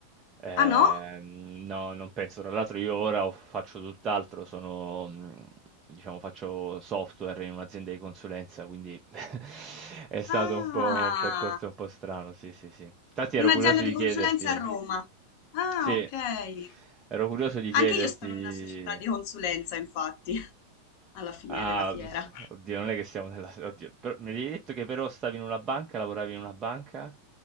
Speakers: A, on the right; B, on the left.
A: Ehm,
B: Ah no?
A: no, non penso. Tra l'altro io ora ho- faccio tutt'altro, sono, mh, diciamo, faccio software in un'azienda di consulenza, quindi <laughs> è stato
B: Ah,
A: un po' un percorso un po' strano, sì, sì, sì. Infatti
B: un'azienda
A: ero curioso
B: di
A: di
B: consulenza
A: chiederti,
B: a Roma. Ah,
A: sì,
B: ok.
A: ero curioso di chiederti...
B: Anche io sono in una società di consulenza, infatti, <laughs> alla fine
A: Ah,
B: della fiera.
A: oddio, non è che siamo nella... Oddio, però- mi avevi detto che però stavi in una banca, lavoravi in una banca?